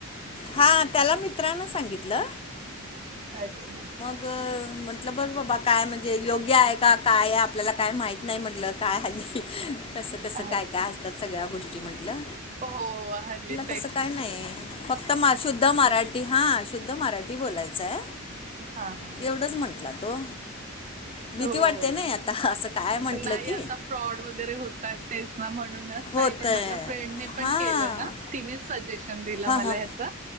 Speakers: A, on the left; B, on the right.
A: हा. त्याला मित्रानं सांगितलं.
B: <unintelligible>
A: अ म्हटलं बघ बाबा काय म्हणजे योग्य आहे का काय? आपल्याला काय माहित नाही म्हटलं. काय आहे कसं कसं
B: अच्छा
A: काय काय असतात सगळ्या गोष्टी म्हंटलं
B: हो हो हल्लीच
A: तसं काय नाही. फक्त शुद्ध मराठी हा शुद्ध मराठी बोलायचंय.
B: हा हा
A: एवढंच म्हंटला तो. भीती
B: हो
A: वाटते
B: हो
A: नाही आता असं काय म्हंटलं
B: नाही
A: की.
B: आता फ्रॉड वगैरे होतात तेच ना, म्हणूनच
A: होत
B: नाही पण
A: आहे.
B: माझ्या फ्रेंडे पण
A: हां
B: केलं ना. तिनेच सजेशन दिलं
A: हां
B: मला
A: हां
B: ह्याचा